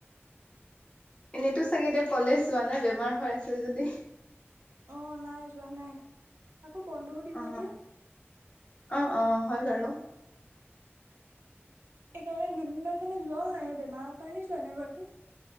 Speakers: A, on the left (about 25°); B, on the right (about 60°).
A: এনেতো চাগে এতিয়া কলেজ যোৱা নাই, বেমাৰ হৈ আছে যদি।
B: অ', নাই, যোৱা নাই। আকৌ বন্ধও দিব
A: অ
B: এতিয়া।
A: অ', অ', হয় বাৰু।
B: সেইকাৰণে দুদিনমান মানে যোৱাও নাই, বেমাৰৰ কাৰণে যোৱা নাই বাৰু।